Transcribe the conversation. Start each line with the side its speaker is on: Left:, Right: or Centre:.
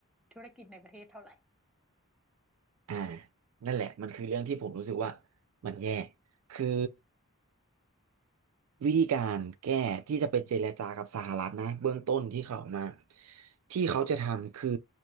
Centre: ธุรกิจในประเทศเท่าไหร่
Right: อ่านั่นแหละมันคือเรื่องที่ผมรู้สึกว่ามันแย่คือวิธีการแก้ที่จะไปเจรจากับสหรัฐนะเบื้องต้นที่เขาออกมาที่เขาจะทำคือ